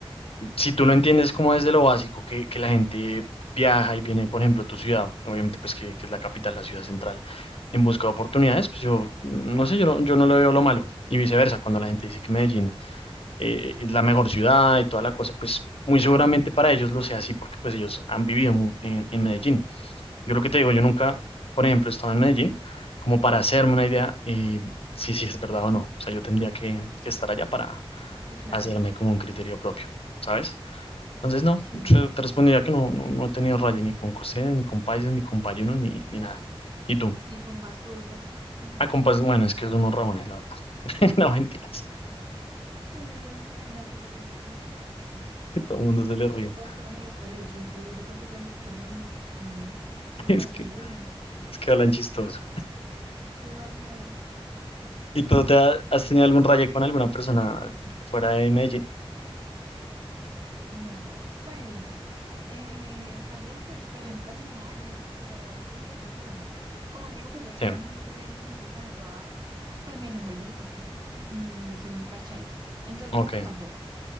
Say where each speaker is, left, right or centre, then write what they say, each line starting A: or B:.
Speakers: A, on the left; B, on the right.
A: si tú lo entiendes como desde lo básico, que, que la gente viaja y viene, por ejemplo, a tu ciudad, obviamente, pues que, que es la capital, la ciudad central, en busca de oportunidades, pues yo, no sé, yo no, yo no le veo lo malo. Y viceversa, cuando la gente dice que Medellín eh, es la mejor ciudad y toda la cosa, pues muy seguramente para ellos lo sea así, porque pues ellos han vivido mu- en, en Medellín. Yo lo que te digo, yo nunca, por ejemplo, he estado en Medellín, como para hacerme una idea, eh, si, si es verdad o no. O sea, yo tendría que, que estar allá para
B: sí, claro.
A: hacerme como un criterio propio, ¿sabes? Entonces, no,
B: Sí,
A: yo te respondería que no, no, no he tenido raya ni con costeños, ni con paisas, ni con payunos, ni, ni nada. ¿Y tú?
B: ni con pastusos. <laughs>
A: Ah, con pais- bueno, es que son unos rabones, la verdad. <laughs> No, mentiras.
B: La verdad, sí. Ay, no, qué pecadito con los pastusos.
A: que Todo el mundo se le
B: Porque
A: ríe.
B: todo Colombia los coge de chiste. O sea, yo creo que todos los colombianos nos unimos solo
A: <laughs> Es
B: para
A: que,
B: hacerle bullying a los franceses.
A: es que hablan chistoso.
B: Demasiado.
A: ¿Y tú te ha- has tenido algún raye con alguna persona fuera de Medellín?
B: No, pues, eh, rayé, pues, problemitas normales, pero así como por cultura, no. Como te digo, pues yo también
A: Sí,
B: creo que soy así como tú, como toda, pues me desenvuelvo súper bien y soy muy parchadita. Entonces,
A: ok,
B: como que tampoco.